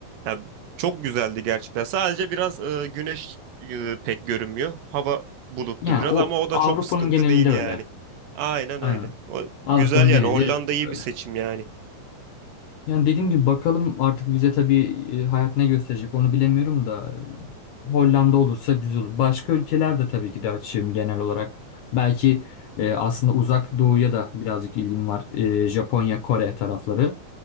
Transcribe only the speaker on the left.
Yani
o
Avrupa'nın
genelinde
öyle.
Aynen.
Avrupa'nın
geneli
öyle.
Yani dediğim gibi bakalım artık bize tabii e, hayat ne gösterecek onu bilemiyorum da e, Hollanda olursa güzel olur. Başka ülkeler de tabii ki de açığım genel olarak. Belki e, aslında uzak doğuya da birazcık ilgim var. E, Japonya, Kore tarafları.